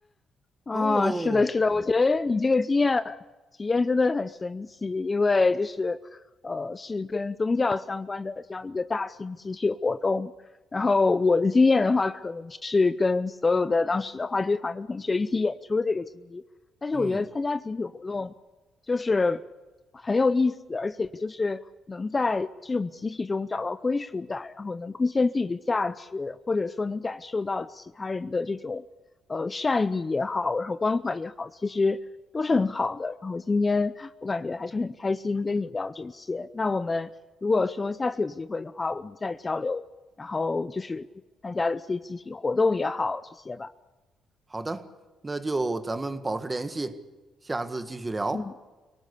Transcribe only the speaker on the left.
啊，
是的，是的，我觉得你这个经验体验真的很神奇，因为就是，呃，是跟宗教相关的这样一个大型集体活动。然后我的经验的话，可能是跟所有的当时的话剧团的同学一起演出这个经历。但是我觉得参加集体活动就是很有意思，
而且就是能在这种集体中找到归属感，然后能贡献自己的价值，或者说能感受到其他人的这种呃善意也好，然后关怀也好，其实都是很好的。然后今天我感觉还是很开心跟你聊这些。那我们如果说下次有机会的话，我们再交流，然后就是参加的一些集体活动也好，这些吧。
嗯